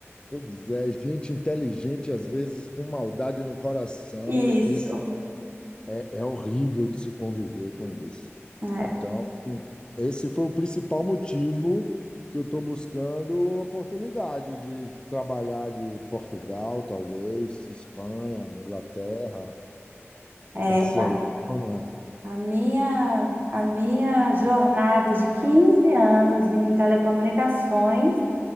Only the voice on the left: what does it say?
Pois é, gente inteligente às vezes com maldade no coração
e, e É, é horrível de se conviver com isso.
Então, esse foi o principal motivo que eu estou buscando oportunidades de trabalhar de Portugal, talvez, Espanha, Inglaterra,
Barcelona,